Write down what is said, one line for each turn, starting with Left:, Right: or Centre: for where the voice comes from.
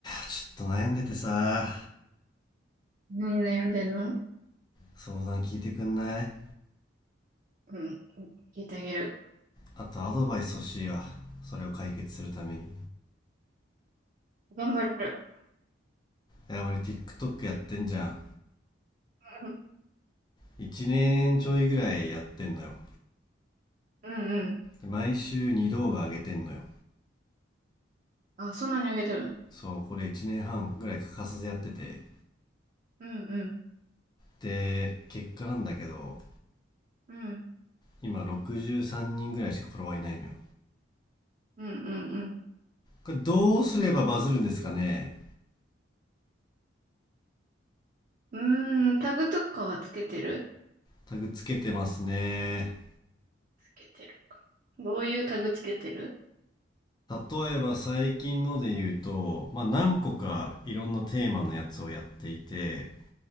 Left: ちょっと悩んでてさ
Right: 何悩んでんの
Left: 相談聞いてくんない
Right: うん。聞いてあげる。
Left: あとアドバイス欲しいわそれを解決するために
Right: 頑張る。
Left: いや俺 TikTok やってんじゃん
Right: うん、
Left: 1年ちょいぐらいやってんのよ
Right: うんうん。
Left: で毎週2動画上げてんのよ
Right: あ、そんなにあげてるの。
Left: そうこれ1年半ぐらい欠かさずやってて
Right: うん、うん。
Left: で結果なんだけど
Right: うん、
Left: 今63人ぐらいしかフォロワーいないのよ
Right: うん、うん、
Left: これどうすればバズるんですかね
Right: うん。うーん、タグとかはつけてる
Left: タグつけてますね
Right: つけてる。どういうタグつけてる
Left: 例えば最近ので言うと、まあ、何個かいろんなテーマのやつをやっていて